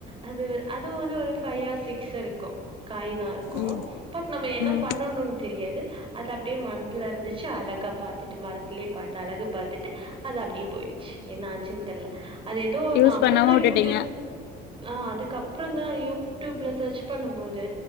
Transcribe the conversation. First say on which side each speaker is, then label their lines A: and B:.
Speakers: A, on the right (about 30°); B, on the left (about 75°).
A: அது அதுவு வ ஒரு ஃபை ஆர் சிக்ஸ் இருக்கு காய் தா இருக் இருக்கு
B: ம்
A: பட் நம்ம என்ன
B: ம்
A: பண்ணணு தெரியாது அது அப்டியே மரத்துல இருந்துச்சு அழகு அக்கா பாத்துட்டு மரத்திலெ பாத்து அழகு பாத்துட்டு அது அப்டியே போயிடுச்சு என்ன ஆச்சுன்னு தெர்ல அது ஏதோ
B: யூஸ்
A: நா அப்ற
B: பண்ணாம
A: தா
B: விட்டுட்டீங்க
A: யூடுப் ஆ அதுக்கப்றம் தா யூடியூப்ல சர்ச் பண்ணும்போது